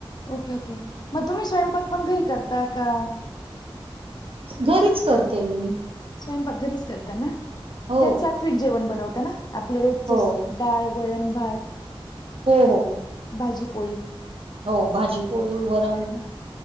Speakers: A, on the left; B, on the right.
A: ओके ओके मग तुम्ही स्वयंपाक पण घरी करता का
B: घरीच करते मी
A: स्वयंपाक घरीच करतना
B: हो.
A: त्यात सात्विक जेवण बनवताना आपलं रोजच
B: हो.
A: डाळ गोरण भात
B: हो हो
A: भाजीप
B: हो भाजी होय वर
A: हा